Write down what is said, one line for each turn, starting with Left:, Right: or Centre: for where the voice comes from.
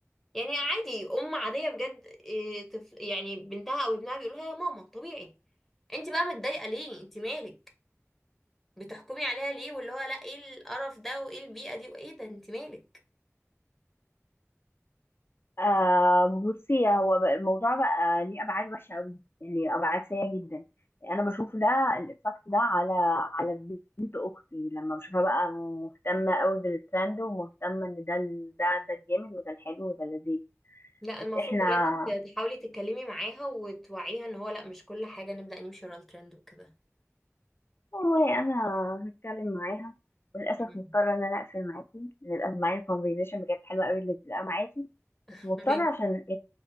Centre: يعني عادي ام عاديه بجد إيه، طفل يعني بنتها او ابنها بيقولوا لها يا ماما طبيعي انت بقى متضايقه ليه انت مالك بتحكمي عليها ليه واللي هو لا ايه القرف ده وايه البيئه دي وايه ده انت مالك
Left: آه بصي هو بقى- الموضوع بقى ليه ابعاد وحشه قوي يعني ابعاد سيئه جدا انا بشوف ده الايفكت ده على على بنت اختي لما بشوفها بقى مهتمه قوي بالترند ومهتمه ان ده ال- ده ده الجامد وده الحلو وده اللذيذ
Centre: لا
Left: بس
Centre: المفروض
Left: احنا
Centre: بجد ت- تحاولي تتكلمي معاها وتوعيها ان هو لا مش كل حاجه نبدا نمشي ورا الترند وكده
Left: والله انا هتكلم معاها للاسف
Centre: مم.
Left: مضطره ان انا اقفل معاكي للاسف معايا الكونفرزيشن بجد حلوه قوي اللي بتبقى معاكي
Centre: <laughs>
Left: بس مضطره عشان